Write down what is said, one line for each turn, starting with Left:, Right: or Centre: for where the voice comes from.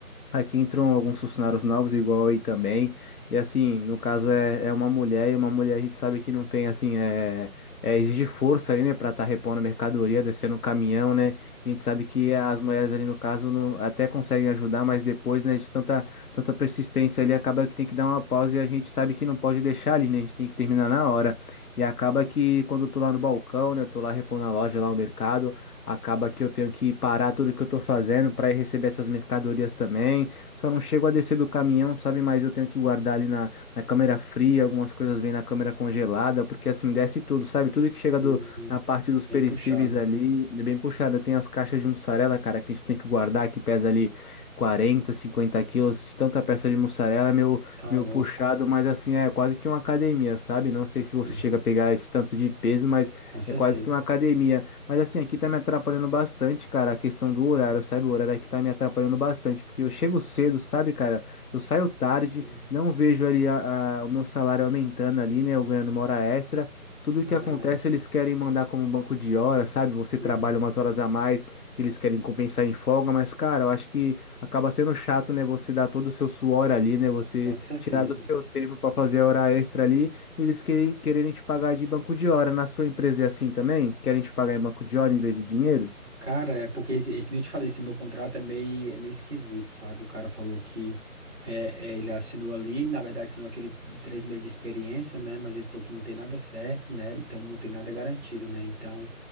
Left: Aqui entram alguns funcionários novos, igual aí também. E assim, no caso é, é uma mulher, e uma mulher a gente sabe que não tem, assim, é, é, exige força ali, né, pra estar repondo a mercadoria, descendo o caminhão, né? A gente sabe que as mulheres ali, no caso, não, até conseguem ajudar, mas depois, né, de tanta, tanta persistência ali, acaba que tem que dar uma pausa e a gente sabe que não pode deixar ali, né? A gente tem que terminar na hora. E acaba que quando eu tô lá no balcão, né, eu tô lá repondo a loja, lá o mercado. Acaba que eu tenho que parar tudo que eu tô fazendo para ir receber essas mercadorias também. Só não chego a descer do caminhão, sabe? Mas eu tenho que guardar ali na, na câmera fria, algumas coisas vêm na câmera congelada, porque assim desce tudo, sabe? Tudo que chega
Right: Sim.
Left: do, na parte dos perecíveis
Right: Bem puxado.
Left: ali, é bem puxado. Tem as caixas de mussarela, cara, que a gente tem que guardar, que pesa ali 40, 50 quilos de tanta peça de mussarela, é meu,
Right: Tá
Left: meu
Right: louco.
Left: puxado, mas assim, é quase que uma academia, sabe? Não sei se você
Right: Uhum.
Left: chega a pegar esse tanto de peso, mas
Right: Com
Left: é
Right: certeza.
Left: quase que uma academia. Mas assim, aqui tá me atrapalhando bastante, cara, a questão do horário, sabe? O horário aqui tá me atrapalhando bastante, porque eu chego cedo, sabe, cara? Eu saio tarde,
Right: Hum,
Left: não vejo ali a, a- o meu salário aumentando ali, né? Eu ganhando uma hora extra. Tudo que
Right: É verdade.
Left: acontece, eles querem mandar como banco de horas, sabe? Você
Right: Sim,
Left: trabalha umas horas a mais, que eles querem compensar em folga, mas, cara, eu acho que acaba sendo chato, né? Você dar todo o seu suor ali, né? Você
Right: com certeza.
Left: tirar do seu tempo para fazer a hora extra ali. Eles que- quererem te pagar de banco de hora. Na sua empresa é assim também? Querem te pagar em banco de hora em vez de dinheiro?
Right: Cara, é porque, esse- é que nem eu te falei, esse meu contrato é meio, é meio esquisito, sabe? O cara falou que é, é, ele assinou ali, na verdade assinou aquele três meses de experiência, né? Mas ele falou que não tem nada certo, né? Então não tem nada garantido, né? Então